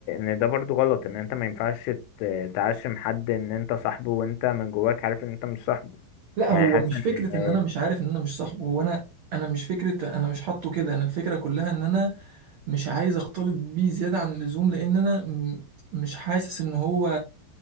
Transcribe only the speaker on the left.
ان ده برضو غلط ان انت ما ينفعش ت- تعشم حد ان انت صاحبه وانت من جواك عارف ان انت مش صاحبه
يعني
حاسس
ان